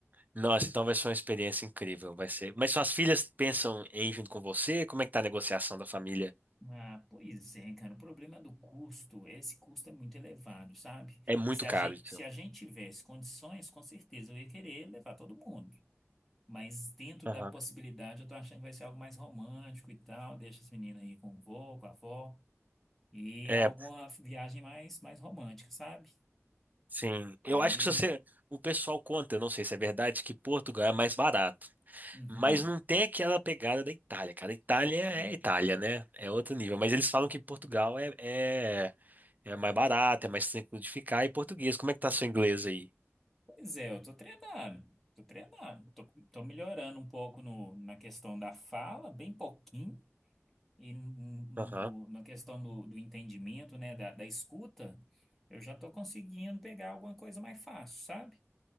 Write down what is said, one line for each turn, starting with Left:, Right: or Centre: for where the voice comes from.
Right: Nossa, então vai ser uma experiência incrível, vai ser. Mas suas filhas pensam em ir junto com você? Como é que tá a negociação da família?
Centre: Ah, pois é, cara. O problema do custo, esse custo é muito elevado, sabe?
Right: É muito
Centre: Se a
Right: caro,
Centre: gente,
Right: então.
Centre: se a gente tivesse condições, com certeza eu ia querer levar todo mundo. Mas dentro
Right: Aham.
Centre: da possibilidade, eu tô achando que vai ser algo mais romântico e tal. Deixa as meninas aí com o vô, com a avó. E
Right: É,
Centre: alguma viagem mais, mais romântica, sabe?
Right: sim. Eu
Centre: Aí.
Right: acho que se você, o pessoal conta, eu não sei se é verdade, que Portugal é mais barato,
Centre: Uhum,
Right: mas não tem aquela pegada da Itália, cara. Itália
Centre: sim.
Right: é Itália, né? É outro nível. Mas eles falam que Portugal é, é, é mais barato, é mais tranquilo de ficar. E português, como é que tá seu inglês aí?
Centre: Pois é, eu tô treinando. Tô treinando. Tô, tô melhorando um pouco no, na questão da fala, bem pouquinho. E no-
Right: Aham.
Centre: na questão do, do entendimento, né, da, da escuta, eu já estou conseguindo pegar alguma coisa mais fácil, sabe?